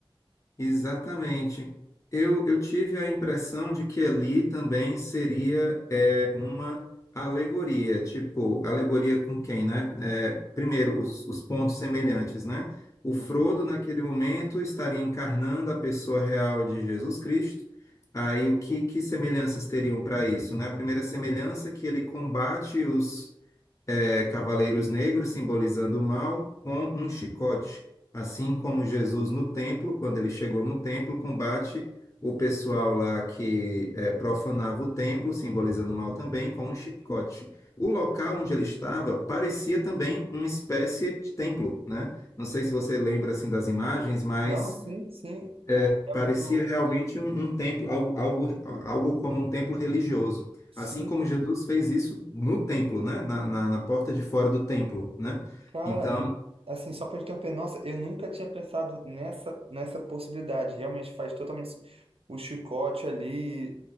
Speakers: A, on the left; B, on the right.
A: Exatamente. Eu, eu tive a impressão de que ali também seria é, uma alegoria, tipo, alegoria com quem, né? É, primeiro, os, os pontos semelhantes, né? O Frodo,
B: Uhum.
A: naquele momento, estaria encarnando a pessoa real de Jesus Cristo. Aí, o que, que semelhanças teriam para isso, né? A primeira semelhança é que ele combate os é, cavaleiros negros simbolizando o mal com um chicote, assim como Jesus no templo, quando ele chegou no templo, combate o pessoal lá que é, profanava o templo, simbolizando o mal também, com um chicote. O local onde ele estava parecia também uma espécie de templo, né? Não sei se você lembra assim das imagens, mas
B: Não, sim, sim.
A: Parecia
B: Lembro do.
A: realmente um, um templo, algo, algo, algo como um templo religioso.
B: Sim,
A: Assim como Jesus fez isso no templo, né? Na, na, na porta de fora do templo, né?
B: Cara,
A: Então,
B: e assim, só pra gente interromper, nossa, eu nunca tinha pensado nessa, nessa possibilidade. Realmente faz totalmente se- o chicote ali